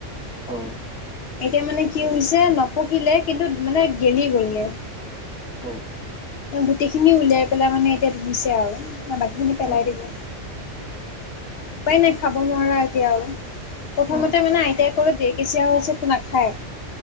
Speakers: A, in the centre; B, on the left.
A: অ',
B: এতিয়া মানে কি হৈছে নপকিলে কিন্তু মানে গেলি গলগৈ
A: অ',
B: গোটেইখিনি উলিয়াই পেলাই মানে এতিয়া ধুইছে আৰু বাকী খিনি পেলাই
A: অ
B: দিলো উপায় নাই খাব নোৱাৰা এতিয়া আৰু প্ৰথমতে
A: অ
B: মানে আইতাই কলে দেই কেঁচিয়া হৈছেতো নাখায়